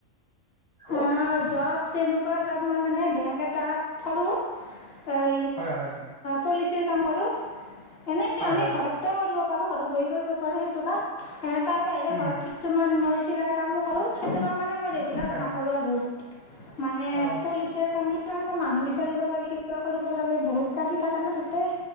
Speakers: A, on the right; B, on the left.
A: হেল্ল'।
B: জব তেনেকুৱা জব মই মানে বেংক এটাত কৰোঁ এই।
A: হয় হয় হয়।
B: পলিচিৰ কাম কৰোঁ এনে
A: হয়
B: আমি
A: হয়
B: ঘৰতে
A: হয় হয়
B: কৰিব পাৰোঁ ঘৰত বহ কৰিব পাৰোঁ সেইটো কাম। এ তাৰ বাহিৰে
A: উম
B: ঘৰত কিছুমান মই চিলাই কামো কৰো সেইটো কাম মানে মই ৰেগুলাৰ
A: হয়
B: নকৰোঁ
A: হয়
B: আৰু। মানে
A: অ
B: পলিচ কাম মানুহ বিচাৰিব লাগে কিবা কৰিব লাগে বহুত কাম থাকে ন তাতে।